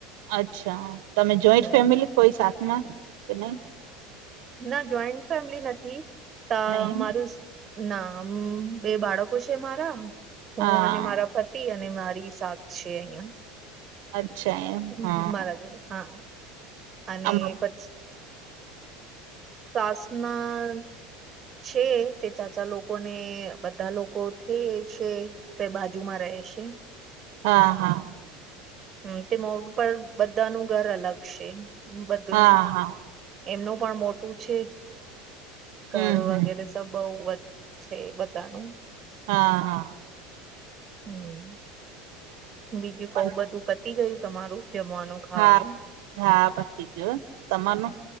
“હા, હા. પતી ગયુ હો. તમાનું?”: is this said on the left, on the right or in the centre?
Right